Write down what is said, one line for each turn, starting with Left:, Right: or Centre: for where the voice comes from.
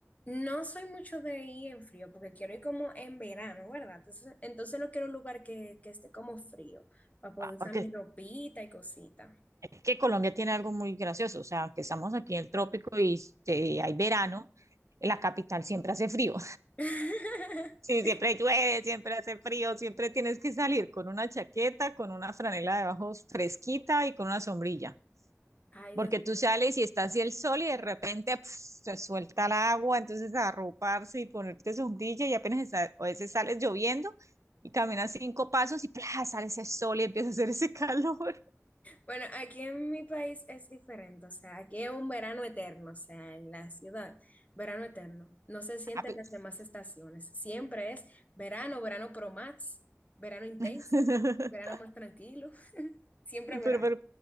Left: No soy mucho de ir en frío, porque quiero ir como en verano, ¿verdad? Entonces, entonces no quiero un lugar que, que esté como frío, para poder
Right: Ah,
Left: usar
Right: porque
Left: mi ropita y cosita.
Right: es que Colombia tiene algo muy gracioso. O sea, aunque estamos aquí en el trópico y eh, hay verano, en la capital siempre hace frío.
Left: <laughs>
Right: Sí, siempre llueve, siempre hace frío, siempre tienes que salir con una chaqueta, con una franela debajo fresquita y con una sombrilla,
Left: Ay,
Right: porque
Left: Dios mío.
Right: tú sales y está así el sol y de repente pf, se suelta el agua, entonces arroparse y ponerte sombrilla y apenas está- a veces sales lloviendo y caminas cinco pasos y plas sale ese sol y empieza a hacer ese calor. <laughs>
Left: Bueno, aquí en mi país es diferente, o sea, aquí es un verano eterno, o sea, en la ciudad, verano eterno. No se sienten
Right: Ah, pues.
Left: las demás estaciones, siempre es verano, verano pro max, verano intenso,
Right: <laughs>
Left: verano más tranquilo, <laughs> siempre
Right: <laughs>
Left: verano.
Right: Pero, pero,